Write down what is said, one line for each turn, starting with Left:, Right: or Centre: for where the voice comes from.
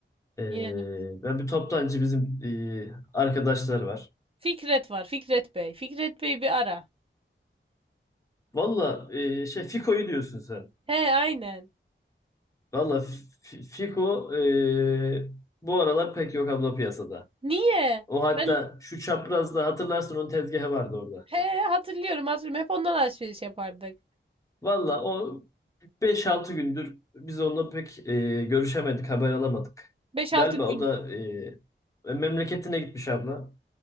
Left: e,
Right: Yeğenim
Left: ben bir toptancı bizim e, arkadaşlar var.
Right: Fikret var. Fikret Bey. Fikret Bey bir ara.
Left: Valla e, şey Fiko'yu diyorsun sen.
Right: He aynen.
Left: Valla F- Fiko e, bu aralar pek yok abla piyasada.
Right: Niye?
Left: O hatta
Right: Ben
Left: şu çaprazda hatırlarsın onun tezgahı vardı orada.
Right: he hatırlıyorum hatırlıyorum. Hep ondan alışveriş yapardık.
Left: Valla o Beş altı gündür biz onunla pek e, görüşemedik, haber alamadık.
Right: Beş
Left: Galiba
Right: altı gün.
Left: o da e, e, memleketine gitmiş abla.